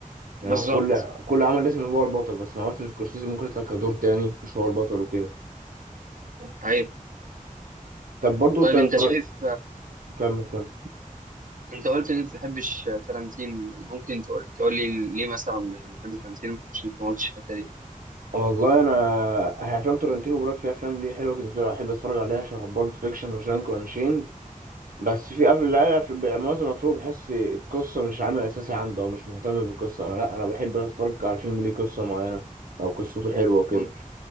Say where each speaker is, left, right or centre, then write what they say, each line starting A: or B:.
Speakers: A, on the right (about 80°); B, on the right (about 70°).
A: يعني
B: بالظبط
A: هو في كل كل عمل لازم يبقى هو البطل بس مع مارتن سكورسيزي ممكن يطلع كدور تاني مش هو البطل وكده
B: طيب
A: طب برضه
B: طيب
A: انت اتفرج
B: انت شايف
A: كمل كمل
B: انت قلت ان انت ما بتحبش ترنتين يعني ممكن تقول تقول لي ليه مثلا مش بتحب ترنتينو عشان انت ما قلتش الحتة دي
A: والله انا أنا افلام تورنتينو براك في افلام ليه حلوه بالنسبه لي احب اتفرج عليها شبه بالب فيكشن وجانك وانشيند بس في قبل لا في معظم الافلام بحس القصه مش عامل اساسي عنده او مش مهتم بالقصه انا لا انا بحب اتفرج على فيلم ليه قصه معينه او قصته حلوه وكده
B: ممكن